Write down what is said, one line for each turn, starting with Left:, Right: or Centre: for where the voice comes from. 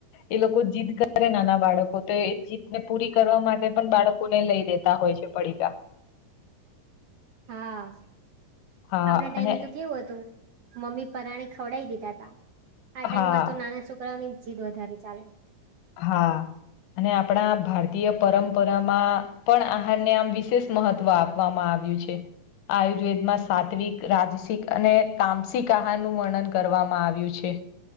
Left: એ લોકો જીદ કરે નાના બાળકો તો એ જીદને પૂરી કરવા માટે પણ બાળકો ખુ દ ને લઈ દેતા હોય છે પડીકા
Right: હા આપડા
Left: હા
Right: ટાઈમે
Left: અને
Right: તો કેવું હતું મમ્મી પરાણે ખવડાવી દીધાતા આ ટાઈમમાં
Left: હા
Right: તો નાના છોકરાઓની જીદ વધારે ચાલે
Left: હા અને આપણા ભારતીય પરંપરામાં પણ આહારને આમ વિશેષ મહત્વ આપવામાં આવ્યું છે આયુર્વેદમાં સાત્વિક રાજસિક અને તામસિક આહાર નું વર્ણન કરવામાં આવ્યું છે